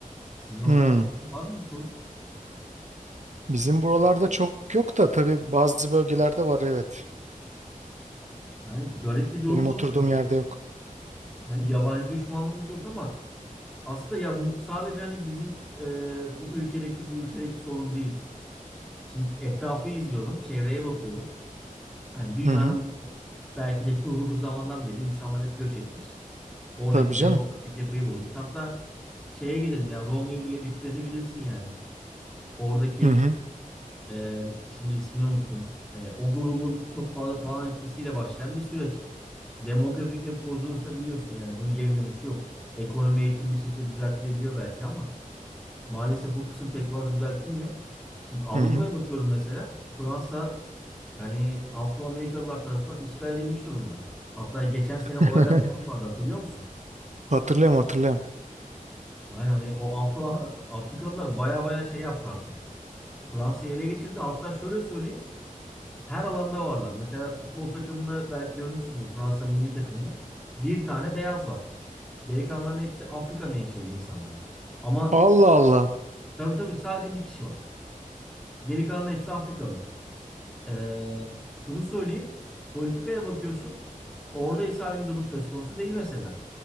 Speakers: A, in the centre; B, on the right (about 55°).
A: Sizin o
B: Hmm.
A: taraflarda da var mı bu sorun?
B: Bizim buralarda çok yok da tabii bazı bölgelerde var evet.
A: Yani garip bir durum
B: Benim
A: oluştu
B: oturduğum
A: artık.
B: yerde yok.
A: Yani yabancı düşmanlığımız yok ama aslında ya bu sadece hani bizim e, bu ülkedeki bu ilçedeki sorun değil. Şimdi etrafı izliyorum, çevreye bakıyorum. Yani dünyanın
B: Hı hı.
A: belki de kurulduğu zamandan beri insanlar hep göç etmiş. Oradaki
B: Tabii canım.
A: demografik yapıyı bozmuş. Hatta şeye gidelim ya Roma'yı bile bitireni bilirsin yani. Oradaki
B: Hı hı.
A: e, şimdi ismini unuttum. E, o grubun çok fazla talan etmesiyle başlayan bir süreç. Demografik yapı bozulursa biliyorsun yani bunun geri dönüşü yok. Ekonomi eğitim bir şekilde düzeltilebiliyor belki ama maalesef bu kısım pek fazla düzeltilmiyor. Şimdi Avrupa'ya
B: Hı hı.
A: bakıyorum mesela Fransa yani Afro-Amerikalılar tarafından işgal edilmiş durumda. Hatta geçen sene olaylar
B: <laughs>
A: falan vardı hatırlıyor musun?
B: Hatırlıyorum hatırlıyorum.
A: Aynen hani o Afro Afrikalılar baya baya şey yaptı artık. Fransa'yı ele geçirdi. Hatta şöyle söyleyeyim. Her alanda varlar. Mesela futbol takımını belki görmüşsündür. Fransa milli takımını. Bir tane beyaz var. Geri kalanların hepsi Afrika menşeli insanlar. Ama
B: Allah Allah.
A: tabii tabii sadece bir kişi var. Geri kalanların hepsi Afrikalı. Ee, şunu söyleyeyim. Politikaya bakıyorsun. Orada ise aynı durum söz konusu değil mesela.